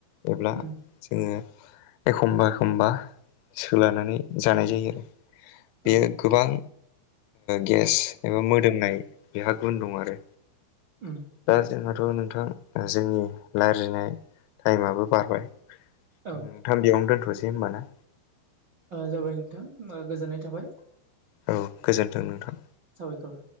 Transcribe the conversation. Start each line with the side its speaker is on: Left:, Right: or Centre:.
Left: एब्ला
Right: उम
Left: जोङो। एखमबा एखमबा सोलानानै जानाय जायो आरो। बेयो
Right: औ
Left: गोबां गेस एबा मोदोम। होननाय बेहा गुन दं आरो
Right: उम
Left: दा जोंहाथ' नोंथां जोंनि रायलायनाय टाइमाबो बारबाय नोंथां
Right: औ ओ
Left: बेयावनो दोनथ'नोसै होमबाना?
Right: जाबाय नोंथां गोजोननाय थाबाय
Left: औ गोजोन्थों नोंथां।
Right: साबायखर